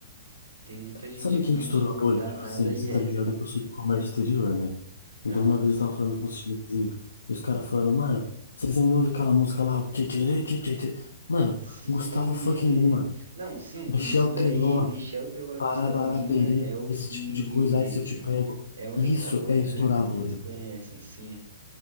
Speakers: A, on the right (about 65°); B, on the left (about 75°).
A: tem muita gente
B: Sabe
A: que
B: quem
A: a gente
B: que estourou
A: não
B: a bolha?
A: dá
B: Tipo
A: nada
B: assim,
A: e
B: você
A: é.
B: tá ligado que eu sou do comércio exterior, né? Então
A: Aham.
B: uma vez eu tava falando com um chinesinho, e os caras falando, mano, vocês ainda ouvem aquela música lá, o tchê, tchê, tchê, tchê, tchê. Mano,
A: Sim.
B: Gustavo fucking Lima,
A: Não, sim,
B: Michel
A: isso daí,
B: Teló,
A: Michel Teló e
B: Parabaraberê,
A: Gustavo Lima é o
B: esse
A: que
B: tipo de coisa, ai, se eu te pego.
A: é a única
B: Isso
A: coisa
B: é estourar
A: que
B: a bolha.
A: eles conhecem, sim.